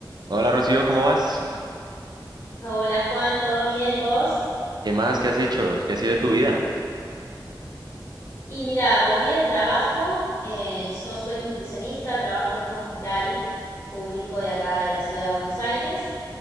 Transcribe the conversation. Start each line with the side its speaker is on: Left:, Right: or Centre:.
Right: Hola Rocío, ¿cómo vas?
Left: Hola Juan, ¿todo bien vos?
Right: ¿Qué más? ¿Qué has hecho? ¿Qué ha sido de tu vida?
Left: Y mira, volví del trabajo, eh, yo soy nutricionista, trabajo en un hospital público de acá de la ciudad de Buenos Aires.